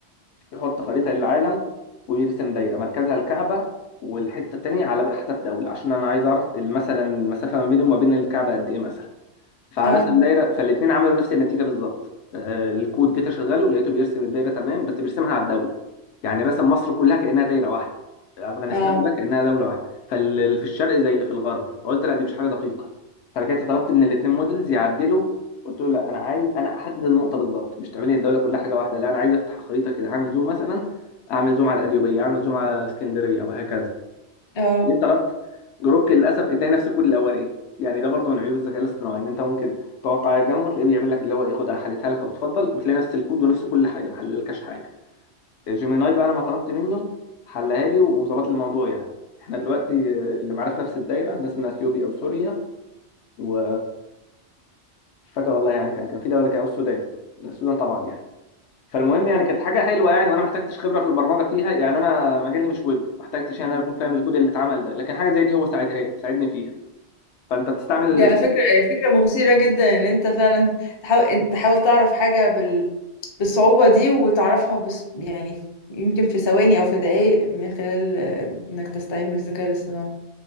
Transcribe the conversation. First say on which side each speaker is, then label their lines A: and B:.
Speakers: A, on the left; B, on the left.
A: يحط خريطة للعالم ويرسم دايرة مركزها الكعبة والحتة التانية على حسب دولة عشان أنا عايز أعرف مثلا المسافة ما بيني وما بين الكعبة قد إيه مثلا فرسم
B: اه
A: دايره فالاثنين عملوا نفس النتيجه بالظبط آه، الكود جيت اشغله لقيته بيرسم الدايره تمام بس بيرسمها على الدوله يعني رسم مصر كلها كانها دايره واحده افغانستان
B: اه
A: كلها كانها دوله واحده فاللي في الشرق زي اللي في الغرب فقلت لا دي مش حاجه دقيقه فرجعت طلبت من الاثنين موديلز يعدلوا قلت له لا انا عايز انا احدد النقطه بالظبط مش تعملي الدوله كلها حاجه واحده لا انا عايز افتح الخريطه كده اعمل زوم مثلا اعمل زوم على القليوبيه اعمل زوم على الاسكندريه وهكذا
B: اه
A: جيت طلبت جروك للاسف اداني نفس الكود الاولاني يعني ده برضه من عيوب الذكاء الاصطناعي ان انت ممكن تقعد تعيط جنبه وتلاقيه بيعمل لك اللي هو ايه خد انا حليتها لك وتفضل وتلاقي نفس الكود ونفس كل حاجه ما حللكش حاجه جيميناي بقى انا ما طلبت منه حلها لي وظبط لي الموضوع يعني احنا دلوقتي اللي معانا في نفس الدايره ناس من اثيوبيا او سوريا و مش فاكر والله يعني كان كان في دوله كان أو السودان السودان طبعا يعني فالمهم يعني كانت حاجه حلوه يعني وانا ما احتجتش خبره في البرمجه فيها يعني انا مجالي مش ويب ما احتجتش يعني انا اكون فاهم الكود اللي اتعمل ده لكن حاجه زي دي هو ساعدها ساعدني فيها فانت بتستعمل
B: دي على فكره هي فكره مثيره جدا ان انت فعلا تحاول إن- تحاول تعرف حاجه بال... بالصعوبه دي وتعرفها بس... يعني يمكن في ثواني او في دقائق من خلال آه، انك تستعين بالذكاء الاصطناعي